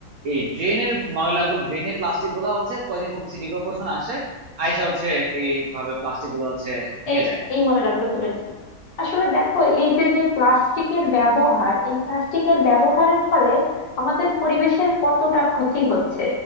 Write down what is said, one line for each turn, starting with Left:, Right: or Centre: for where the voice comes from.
Right: এই ড্রেনের ময়লাগুলো ড্রেনের প্লাস্টিক গুলা হচ্ছে কয়দিন পর সিটি কর্পোরেশন আসে আইসা হচ্ছে এইভাবে প্লাস্টিক গুলো হচ্ছে নিয়ে
Left: এই
Right: যায়
Left: এই ময়লাগুলো তুলে নিবে আসলে দেখো এই যে যে প্লাস্টিকের ব্যবহার এই প্লাস্টিকের ব্যবহারের ফলে আমাদের পরিবেশের কতটা ক্ষতি হচ্ছে